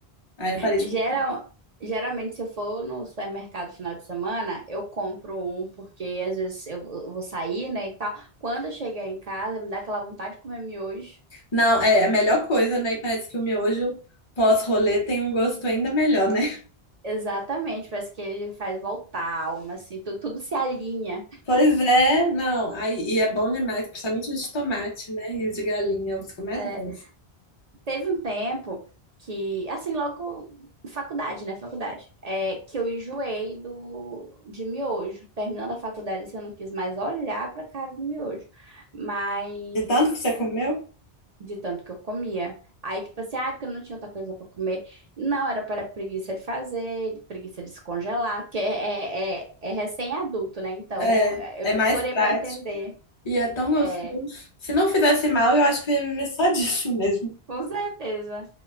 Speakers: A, on the left; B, on the right.
A: Aí eu parei de
B: Geral,
A: comprar.
B: geralmente, se eu for no supermercado final de semana, eu compro um, porque às vezes eu vou eu vou sair, né, e tal. Quando eu chegar em casa, me dá aquela vontade de comer miojo.
A: Não, é é a melhor coisa, né? E parece que o miojo pós-rolê tem um gosto ainda melhor, né?
B: Exatamente, parece que ele faz voltar a alma, assim, tu- tudo se alinha.
A: Pois é, não. Aí, e é bom demais, principalmente os de tomate, né? E os de galinha, os que eu mais
B: É,
A: gosto.
B: teve um tempo que, assim, logo faculdade, né, faculdade, é, que eu enjoei do, de miojo. Terminando a faculdade, assim, eu não quis mais olhar pra cara do miojo. Mas
A: De tanto que você comeu,
B: de tanto que eu comia. Aí, tipo assim, ah, porque eu não tinha outra coisa para comer. Não, era para preguiça de fazer, de preguiça de se congelar, porque é, é, é é recém-adulto, né? Então,
A: é,
B: é,
A: é
B: eu demorei
A: mais prático.
B: para entender.
A: E é tão gostoso.
B: É,
A: Se não fizesse mal, eu acho que eu ia viver só disso mesmo.
B: com certeza.